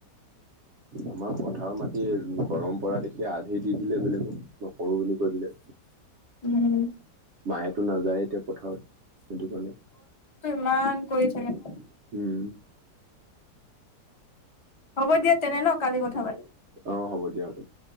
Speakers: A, on the right (about 80°); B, on the left (about 25°).
A: আমাৰ পথাৰ মাটি গৰম পৰা দেখি আধি দি দিলে বেলেগক সৰু বুলি কৈ দিলে।
B: উম।
A: মায়েতো নাযায় এতিয়া পথাৰত সেইটো কাৰণে
B: কিমান কৰিথাকে।
A: উম
B: হ'ব দিয়া তেনে ন কালি কথা পাতিম
A: অঁ হ'ব দিয়া হ'ব দিয়া।